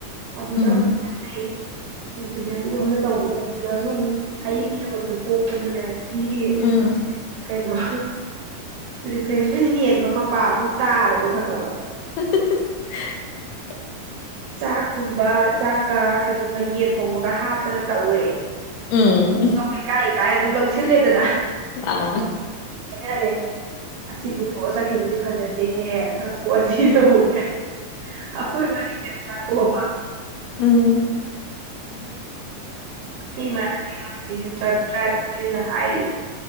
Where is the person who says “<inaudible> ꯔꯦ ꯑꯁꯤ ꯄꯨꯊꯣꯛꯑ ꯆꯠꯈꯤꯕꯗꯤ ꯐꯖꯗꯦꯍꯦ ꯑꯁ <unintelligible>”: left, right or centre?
Right